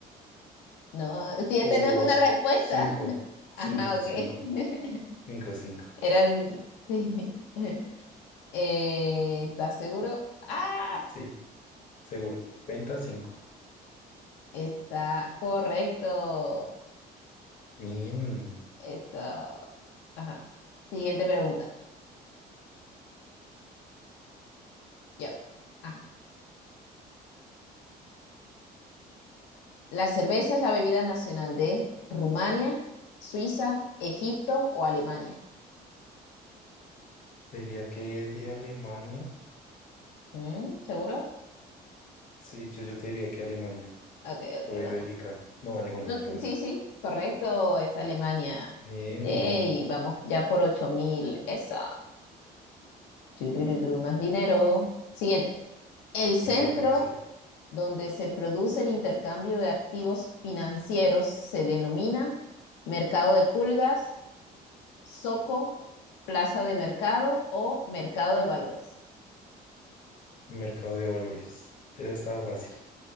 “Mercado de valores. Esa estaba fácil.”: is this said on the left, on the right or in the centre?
Left